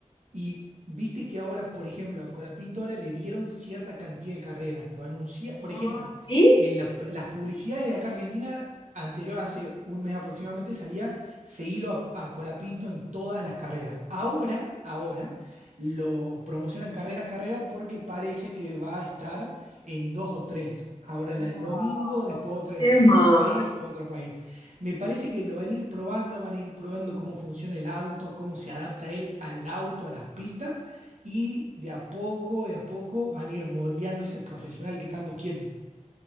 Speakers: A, on the right; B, on the left.
A: y viste que ahora, por ejemplo, con la pintora le dieron cierta cantidad de carreras. Lo anuncia, por
B: Ah,
A: ejemplo,
B: ¿sí?
A: en los- las publicidades de acá Argentina, anterior, hace un mes aproximadamente, salía seguilo a, a Colapinto en todas las carreras. Ahora, ahora, lo promocionan carrera a carrera porque parece que va a estar en dos o tres. Ahora la
B: Ay,
A: del domingo, después otra en
B: qué
A: cierto
B: mal.
A: país, después otra país. Me parece que lo van a ir probando, van a ir probando cómo funciona el auto, cómo se adapta él al auto, a las pistas, y de a poco, de a poco van a ir moldeando ese profesional que tanto quieren.